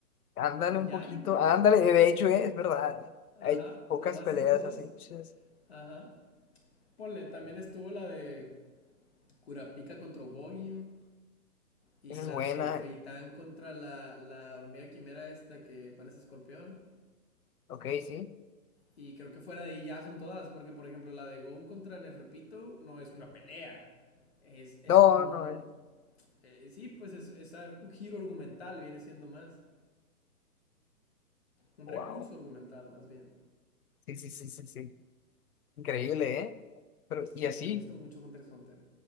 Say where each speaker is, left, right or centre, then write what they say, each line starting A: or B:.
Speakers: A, on the left; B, on the left.
A: Ándale
B: Y
A: un
B: ya,
A: poquito,
B: yo creo.
A: ándale, de hecho, eh, es verdad. eh,
B: Ajá,
A: Hay pocas
B: nomás
A: peleas
B: esas dos.
A: así. chas,
B: Ajá. Ponle, también estuvo la de Kurapika contra Bogin. Y
A: Esa es
B: la
A: buena.
B: de Feitán contra la, la hormiga quimera esta que parece escorpión.
A: Ok, sí.
B: Y creo que fuera de ahí ya son todas. Porque, por ejemplo, la de Gon contra Neferpito no es una pelea. Es, es
A: No,
B: como
A: no,
B: un.
A: eh.
B: eh, sí, pues es, es un giro argumental, viene siendo más. Un
A: Wow.
B: recurso argumental, más bien.
A: Sí, sí, sí, sí, sí. Increíble, ¿eh? Pero, y
B: Sí,
A: así.
B: me gusta mucho Hunter x Hunter.